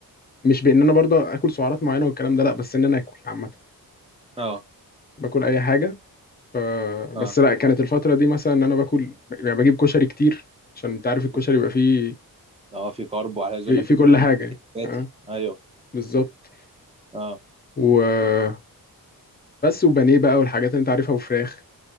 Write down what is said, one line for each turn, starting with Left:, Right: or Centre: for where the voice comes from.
Left: مش بان انا برضه اكل سعرات معينة والكلام ده لا بس ان انا اكل عامة
Right: اه
Left: باكل اي حاجة ف-
Right: اه
Left: بس لا كانت الفترة دي مثلا ان انا باكل يعني بجيب كشري كتير عشان انت عارف الكشري
Right: كشري
Left: بيبقى فيه
Right: اه في كارب وعلى عايز
Left: في,
Right: اقول لك
Left: في
Right: في بروتين
Left: كل حاجة
Right: كتير نباتي
Left: اه
Right: ايوه
Left: بالظبط
Right: اه
Left: وبس وبانيه بقى والحاجات اللي انت عارفها وفراخ